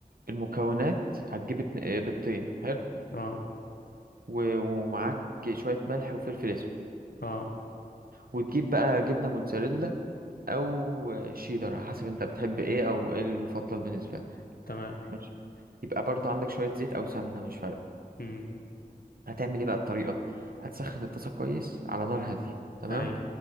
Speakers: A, on the right (about 70°); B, on the left (about 70°).
A: المكونات هتجيب اتن- آه، بيضتين حلو
B: اه
A: و... ومعاك شويه ملح وفلفل اسود
B: اه
A: وتجيب بقى جبنه موتزاريلا او آه، شيدر على حسب انت بتحب ايه او ايه المفضل بالنسبه لك
B: تمام
A: ماشي يبقى برضه عندك شويه زيت او سمنه مش فارقه
B: امم
A: هتعمل ايه بقى الطريقة هتسخن الطاسة كويس على نار
B: امم
A: هادية تمام
B: اي